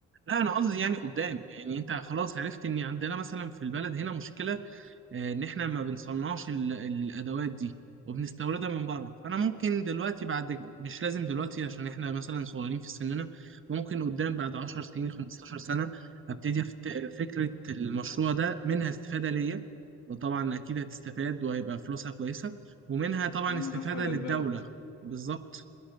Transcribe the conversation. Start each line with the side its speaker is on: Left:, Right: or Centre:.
Right: لا انا قصدي يعني قدام يعني انت خلاص عرفت ان عندنا مثلا في البلد هنا مشكلة آه، ان احنا ما بنصنعش ال- الادوات دي وبنستوردها من بره فانا ممكن دلوقتي بعد مش لازم دلوقتي عشان احنا مثلا صغيرين في سننا ممكن قدام بعد 10 سنين 15 سنه ابتدي أفت- فكره المشروع ده منها استفاده ليا وطبعا اكيد هتستفاد وهيبقى فلوسها كويسه ومنها طبعا
Left: منها
Right: استفاده
Left: نفع للبلد
Right: للدوله بالظبط